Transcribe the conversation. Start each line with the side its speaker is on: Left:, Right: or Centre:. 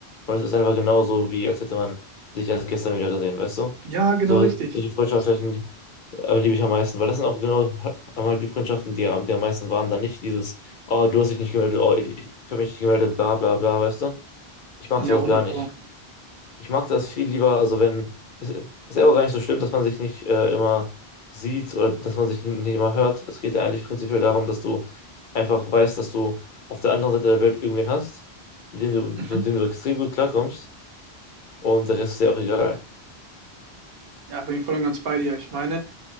Left: und es ist einfach genauso, wie als hätte man sich erst gestern wieder gesehen, weißt du?
Right: Ja, genau
Left: So,
Right: richtig.
Left: solche Freundschaften äh, liebe ich am meisten, weil das sind auch genau einmal die Freundschaften, die, am- die am meisten waren, dann nicht dieses, oh, du hast dich nicht gemeldet, oh, ich, ich habe mich nicht gemeldet, bla bla bla, weißt du? Ich mag
Right: Ja,
Left: sowas
Right: 100
Left: gar nicht.
Right: Pro.
Left: Ich mag das viel lieber, also wenn, es ist ja auch gar nicht so schlimm, dass man sich nicht äh, immer sieht oder dass man sich nicht immer hört. Es geht ja eigentlich prinzipiell darum, dass du einfach weißt, dass du auf der anderen Seite der Welt irgendwen hast, mit dem
Right: Mhm.
Left: du, mit dem du extrem gut klarkommst und der Rest ist ja auch egal.
Right: Ja, bin ich voll und ganz bei dir. Ich meine,